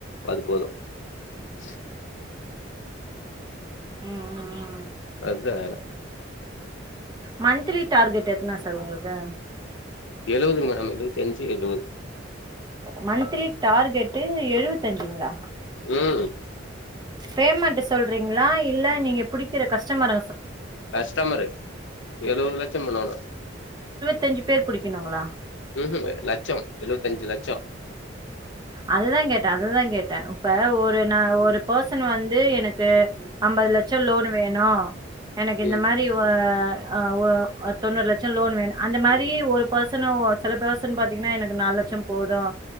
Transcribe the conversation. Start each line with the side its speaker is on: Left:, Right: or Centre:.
Left: அது போது <unintelligible>
Right: உம் உம் உம்
Left: அது அற
Right: மன்த்லி டார்கெட் எத்தனா சார் உங்களுக்கு
Left: எழுபதுங்க மேடம் எழுவத்தி அஞ்சு எழுவது
Right: மன்த்லி டார்கெட்டு எழுவத்து அஞ்சுங்களா
Left: ம்
Right: பேமெண்ட் சொல்றீங்ளா இல்ல நீங்க புடிக்கற கஸ்டமர
Left: கஸ்டமரு எழுவது லட்சம் பண்ணோணும்
Right: த்தஞ்சு பேர் புடிக்குணுங்ளா
Left: ம்ம் லட்சம் எழுவத்தஞ்சு லட்சம்
Right: அததா கேட்டே அததான் கேட்டே இப்ப ஒரு நா ஒரு பர்சன் வந்து எனக்கு அம்பதுலட்சம் லோன் வேணும் எனக்கு இந்த
Left: ம் ம்
Right: மாரி ஓ ஹ ஓ தொண்ணூறு லட்சம் லோன் வேணும் அந்த மாரி ஒரு பர்சன் சில பெர்சன் பாத்தீங்கன்னா எனக்கு நாலுலட்சம் போதும்